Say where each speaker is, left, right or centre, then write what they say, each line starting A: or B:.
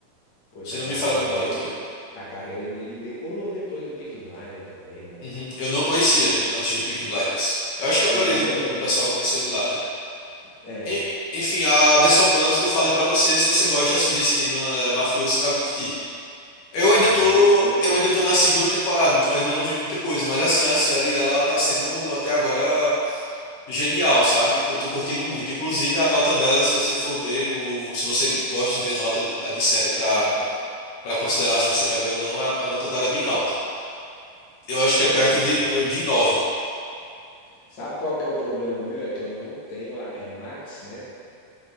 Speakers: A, on the left; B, on the left.
A: Poxa,
B: Se não
A: a
B: me
A: carreira
B: falha a memória
A: dele,
B: também.
A: a carreira dele decolou depois do Peaky Blinder também, né?
B: Uhum. Eu não conhecia ele antes do Peaky Blinders. Eu acho que a
A: Eu
B: maioria
A: também
B: do,
A: não.
B: do pessoal conheceu ele lá, né?
A: É,
B: E- enfim, a The Sopranos que eu falei pra você, se você gosta assim desse tema eh, mafioso, você vai curtir. Eu ainda
A: vou
B: tô,
A: curtir demais.
B: eu ainda tô na segunda temporada, então ainda não vi muita coisa, mas assim, a série ela tá sendo até agora genial, sabe? Então eu tô curtindo muito. Inclusive a nota dela, se você for ver no, se você gosta de ver nota de, eh, de série pra
A: Aham.
B: para considerar se você vai ver ou não, a, a nota dela é bem alta. Eu acho que é
A: Pô,
B: perto de, eh, de nove
A: sabe qual que é o problema meu? É que eu não tenho a é Max, né?